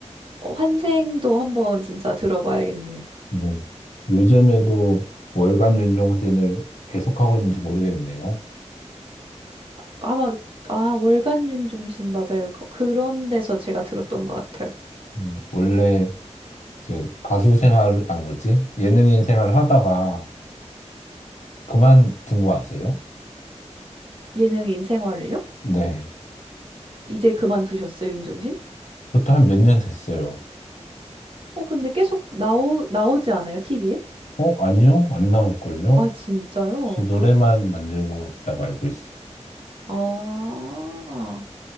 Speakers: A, on the right; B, on the left.
A: 어, 환생도 한번 진짜 들어봐야겠네요.
B: 네. 요즘에도 그 월간 윤종신을 계속하고 있는지 모르겠네요.
A: 아마 아, 월간 윤종신 맞아요. 그- 그런 데서 제가 들었던 것 같아요.
B: 음, 원래 이제 가수 생활, 아, 뭐지? 예능인 생활을 하다가 그만둔 거 아세요?
A: 예능 인생활을요?
B: 네.
A: 이제 그만두셨어요, 윤종신?
B: 그것도 한 몇 년 됐어요.
A: 어, 근데 계속 나오 나오지 않아요, TV에?
B: 어? 아니요? 안 나올걸요?
A: 아, 진짜요?
B: 그래서 노래만 만들고 있다고 알고 있어요.
A: 아,